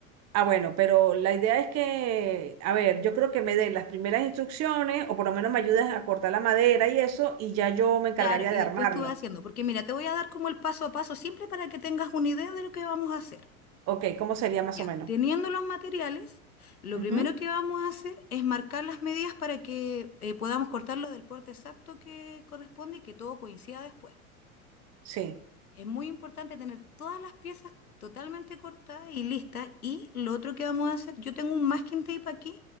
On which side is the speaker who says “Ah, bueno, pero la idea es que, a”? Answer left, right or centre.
Right